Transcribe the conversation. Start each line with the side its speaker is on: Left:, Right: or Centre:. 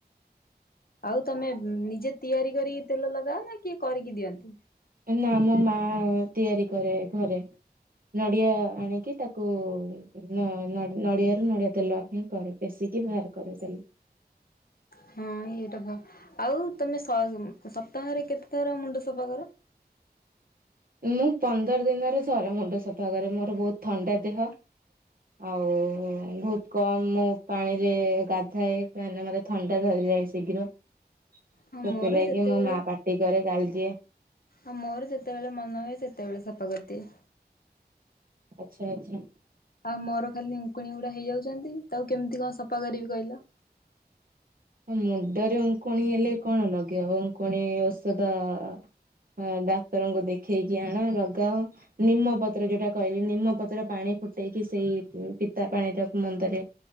Left: ଆଉ ତମେ ନିଜେ ତିଆରି କରିକି ତେଲ ଲଗାଅ ନା କିଏ କରିକି ଦିଅନ୍ତି।
Right: ନା ମୋ ମା ତିଆରି କରେ ଘରେ। ନଡିଆ ଆଣିକି ତାକୁ ନ ନଡି ନଡ଼ିଆରୁ ନଡିଆ ତେଲ ହିଁ କରେ ଫେଶିକି ବାହାର କରେ ତେଲ।
Left: ହଁ ଏଇଟା ତ ଆଉ ତମେ ସ ସପ୍ତାହରେ କେତେ ଥର ମୁଣ୍ଡ ସଫା କର।
Right: ମୁଁ ପନ୍ଦର ଦିନରେ ଥରେ ମୁଣ୍ଡ ସଫା କରେ ମୋର ବହୁତ ଥଣ୍ଡା ଦେହ। ଆଉ ବହୁତ କମ ପାଣିରେ ଗାଧାଏ କାଁହିଁକି ନା ମତେ ଥଣ୍ଡା ଧରିଯାଏ ଶୀଘ୍ର ସେଥିଲାଗି
Left: ହଁ ମୋର ଯେତେବେଳେ
Right: ମୋ ମା ପାଟି କରେ ଗାଳିଦିଏ।
Left: ଆ ମୋର ଯେତେବେଳେ ମନ ହୁଏ ସେତେବେଳେ ସଫାକରି ଦିଏ।
Right: ଆଛା ଆଛା।
Left: ଆଉ ମୋର ଖାଲି ଉଙ୍କୁଣି ଗୁଡା ହେଇଯାଉଛନ୍ତି ତାକୁ କେମିତି କଣ ସଫା କରିବି କହିଲ।
Right: ମୁଣ୍ଡରେ ଉଙ୍କୁଣି ହେଲେ କଣ ଲଗେଇବ ଉଙ୍କୁଣି ଔଷଧ ହଁ ଡାକ୍ତରଙ୍କୁ ଦେଖେଇକି ଆଣ ଲଗାଅ। ନିମପତ୍ର ଯୋଉଟା କହିଲି ନିମପତ୍ର ପାଣି ଫୁଟେଇକି ସେଇ ପିତା ପାଣି ଟାକୁ ମୁଣ୍ଡରେ